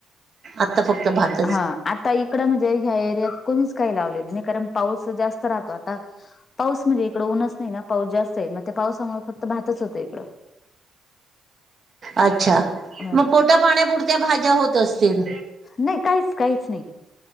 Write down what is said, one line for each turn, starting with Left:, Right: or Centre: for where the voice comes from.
Right: आता फक्त भात
Left: हा आता इकडं म्हणजे ह्या एरियात कोणीच काही लावलेलं नाही कारण पाऊस जास्त राहतो आता पाऊस म्हणजे इकडं ऊनच नाही ना पाऊस जास्त आहे म त्या पावसामुळे फक्त भातच होतय इकडं.
Right: अच्छा
Left: ह
Right: मग पोट्या पाण्यापुरत्या भाज्या होत असतील.
Left: नाही काहीच काहीच नाही.